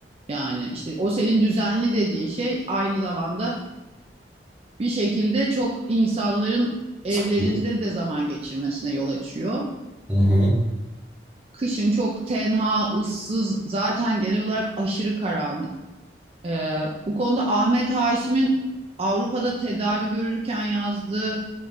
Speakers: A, on the right; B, in the centre.
A: yani işte o senin düzenli dediğin şey aynı zamanda bir şekilde çok insanların evlerinde
B: Sıkıntı.
A: de zaman geçirmesine yol açıyor.
B: Hı hı.
A: Kışın çok tenha, ıssız, zaten genel olarak aşırı karanlık. E, bu konuda Ahmet Haşim'in Avrupa'da tedavi görürken yazdığı